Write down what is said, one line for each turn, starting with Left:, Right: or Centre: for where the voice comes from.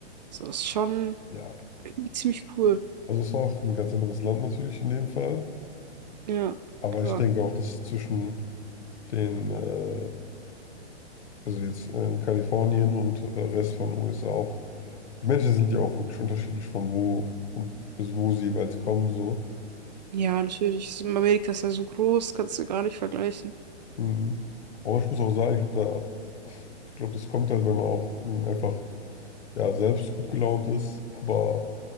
Right: So, ist schon
Left: ja,
Right: irgendwie ziemlich cool.
Left: also es war auch ein ganz anderes Land natürlich in dem Fall.
Right: Ja,
Left: Aber
Right: klar.
Left: ich denke auch, dass zwischen den, äh, also jetzt äh, in Kalifornien und äh, Rest von USA auch, die Menschen sind ja auch wirklich unterschiedlich von wo, von, also wo sie jeweils kommen so.
Right: Ja, natürlich. ist- Amerika ist ja so groß, kannst du gar nicht vergleichen.
Left: Mhm. Aber ich muss auch sagen, ich glaube, da, ich glaube, das kommt halt, wenn man auch mh, einfach ja, selbst gut gelaunt ist. Aber